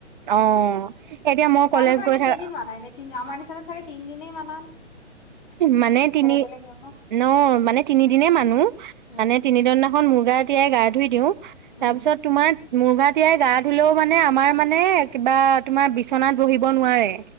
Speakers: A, on the right; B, on the left.
A: অহ, সেইতিয়া মই
B: তোমালোকৰ
A: কলেজ
B: এনে
A: গৈ থাক
B: কেইদিন মানা এনে তিনি আমাৰ নিচিনা চাগে তিনদিনেই মান
A: মানে তিনি
B: বেলেগ নিয়ম
A: ন মানে তিনিদিনে মানো।
B: উম
A: মানে
B: উম
A: তিনিদিনাখন মূৰ গা তিয়াই গা ধুই দিওঁ। তাৰ
B: উম
A: পিছত তোমাৰ মুৰ গা তিয়াই গা ধুলেও মানে আমাৰ মানে কিবা তোমাৰ বিচনাত বহিব নোৱাৰে।